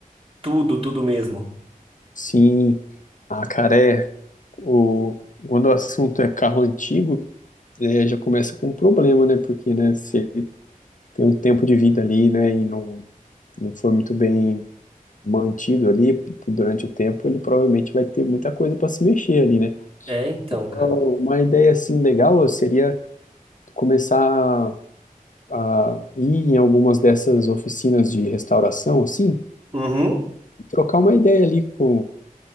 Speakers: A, on the right; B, on the left.
A: tudo, tudo mesmo.
B: Sim, ah, cara, é, o, quando o assunto é carro antigo, é, já começa com um problema, né? Porque, né, se ele tem um tempo de vida ali, né, e não, não foi muito bem mantido ali durante o tempo, ele provavelmente vai ter muita coisa para se mexer ali, né?
A: É, então,
B: Então,
A: cara.
B: uma ideia assim legal seria começar a ir em algumas dessas oficinas de restauração, assim,
A: Uhum.
B: e trocar uma ideia ali com,